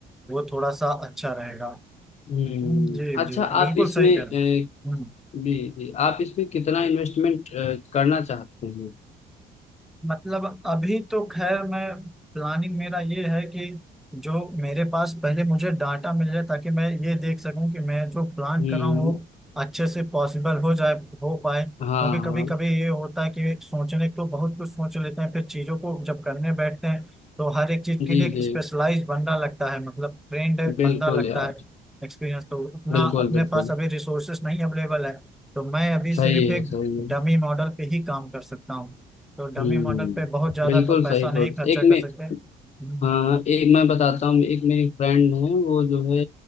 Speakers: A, in the centre; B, on the left (about 40°).
A: वो थोड़ा सा अच्छा रहेगा
B: हम्म
A: हम्म, जी
B: अच्छा
A: जी
B: आप
A: बिल्कुल
B: इसमें
A: सही कह
B: अ,
A: रहे हैं हम्म।
B: जी जी आप इसमें कितना इन्वेस्टमेंट करना चाहते हैं
A: मतलब अभी तो खैर मैं प्लानिंग मेरा ये है कि जो मेरे पास पहले मुझे डाटा मिल जाए ताकि मैं ये देख सकूं कि मैं जो प्लान
B: हम्म
A: कर रहा हूँ वो अच्छे से पॉसिबल हो जाए हो पाए क्योंकि
B: हाँ हाँ
A: कभी कभी ये होता है कि सोचने तो बहुत कुछ सोच लेते हैं फिर चीज़ों को जब करने बैठते हैं तो हर एक चीज़ के
B: जी
A: लिए एक
B: जी
A: स्पेशलाइज बंदा लगता है मतलब ट्रेंड
B: बिल्कुल
A: बंदा लगता
B: यार
A: है एक्सपीरियंस तो उतना
B: बिल्कुल
A: अपने
B: बिल्कुल
A: पास अभी रिसोर्सेस नहीं अवेलेबल है तो मैं अभी सिर्फ
B: सही है
A: एक
B: सही है
A: डमी मॉडल पे ही काम कर सकता हूँ तो डमी
B: हम्म
A: मॉडल पे बहुत ज्यादा
B: बिल्कुल
A: तो पैसा
B: सही सोच
A: नहीं खर्चा
B: एक
A: कर
B: में
A: सकते हम्म,
B: हाँ एक मैं बताता हूँ एक मेरी फ्रेंड है वो जो है